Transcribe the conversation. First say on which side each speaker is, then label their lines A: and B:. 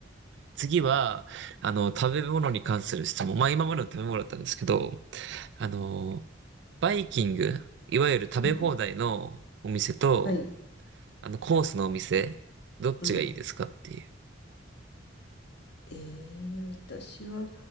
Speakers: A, on the right; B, on the left.
A: 次は、あの、食べ物に関する質問。まあ、今までの食べ物だったんですけど、あの、バイキング、いわゆる食べ放題のお店と、
B: うん。はい。
A: あの、コースのお店、どっちがいいですかっていう。
B: うん。えー、私は、